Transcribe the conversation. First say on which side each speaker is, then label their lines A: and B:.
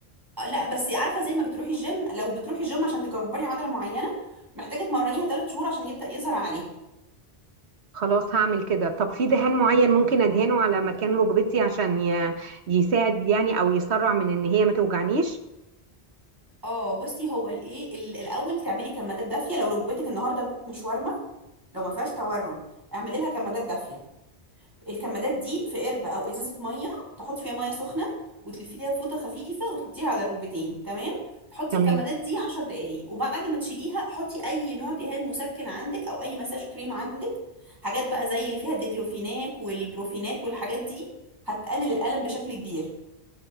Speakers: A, on the right; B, on the right.
A: آه، لا بس عارفه زي ما بتروحي الجيم لو بتروحي الجيم عشان تكبري عضله معينه محتاجه تمرنيها ثلاث شهور عشان يبدا يظهر عليها
B: خلاص هعمل كده طب في دهان معين ممكن ادهنه على مكان ركبتي عشان ي... يساعد يعني او يسرع من ان هي ما توجعنيش
A: اه بصي هو الايه ال- الاول تعملي كمادات دافيه لو ركبتك النهارده مش وارمه لو ما فيهاش تورم اعملي لها كمادات دافيه الكمادات دي في قربة او ازازة مية تحط فيها مية سخنة وتلفيها فوطة خفيفة وتحطيها على الركبتين تمام تحطي
B: تمام
A: الكمادات دي 10 دقايق وبعد ما تشيليها حطي اي نوع دهان مسكن عندك او اي مساج كريم عندك حاجات بقى زي اللي فيها الديكلوفيناك والبروفينات والحاجات دي هتقلل الألم بشكل كبير